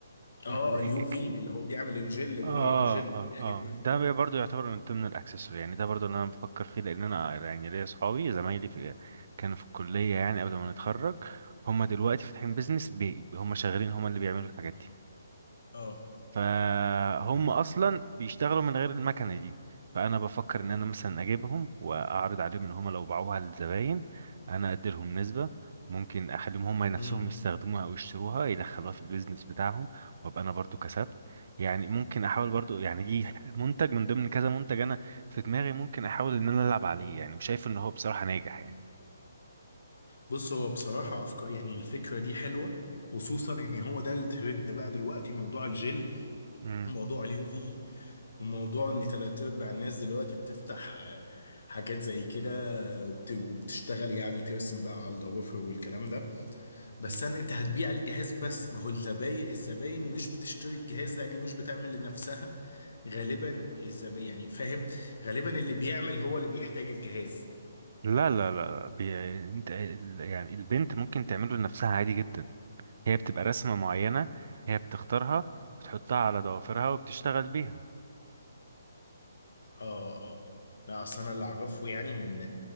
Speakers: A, on the left; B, on the right.
A: اه
B: ال... الج-
A: اليو في اللي هو بيعمل الجل
B: اه
A: والهارد جل
B: اه
A: والحاجات
B: اه
A: دي
B: ده بي- برضو يعتبر من ضمن الاكسسوار يعني ده برضو اللي انا بفكر فيه لان انا يعني ليا اصحابي زمايلي في كانوا في الكليه يعني قبل ما نتخرج هم دلوقتي فاتحين بيزنس بي هم شغالين هم اللي بيعملوا الحاجات دي
A: اه
B: فهم اصلا بيشتغلوا من غير المكنه دي فانا بفكر ان انا مثلا اجيبهم واعرض عليهم ان هم لو باعوها للزباين انا ادي لهم نسبه ممكن اخليهم هم نفسهم
A: امم
B: يستخدموها او يشتروها يدخلوها في البيزنس بتاعهم وابقى انا برضو كسبت يعني ممكن احاول برضو يعني دي <laughs> منتج من ضمن كذا منتج انا في دماغي ممكن احاول ان انا العب عليه يعني وشايف ان هو بصراحه ناجح يعني
A: بص هو بصراحة أفكار يعني الفكرة دي حلوة خصوصا إن هو ده الترند بقى دلوقتي موضوع الجل
B: مم.
A: وموضوع اليو في وموضوع إن تلات أرباع الناس دلوقتي بتفتح آه، حاجات زي كده وبت- وبتشتغل يعني ترسم بقى على الضوافر والكلام ده بس
B: مم.
A: انا انت هتبيع الجهاز بس ما هو الزباين الزباين مش بتشتري الجهاز لان مش بتعمل لنفسها غالبا الزباين يعني فاهم غالبا اللي بيعمل هو اللي بيحتاج الجهاز
B: لا لا لا لا بي... انت ال- يعني البنت ممكن تعمله لنفسها عادي جدا هي بتبقى رسمة معينة هي بتختارها بتحطها على ضوافرها وبتشتغل بيها
A: اه اه لا اصل انا اللي اعرفه يعني من